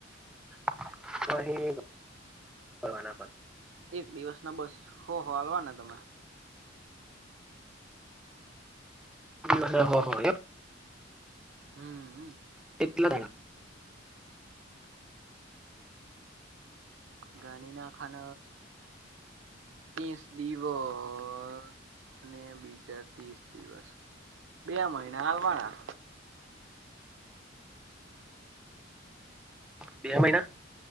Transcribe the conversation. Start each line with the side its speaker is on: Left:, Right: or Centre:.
Centre: <unintelligible>
Right: એક દિવસ ના બસ હો હો આલવા ને તમે
Centre: બધાને હો હો એમ?
Right: હમ અ
Centre: કેટલા દાડા?
Right: ગણી નાખો ન. તીસ દિવસને બીજા તીસ દિવસ. બે મહિના આલવાના.
Centre: બે મહિના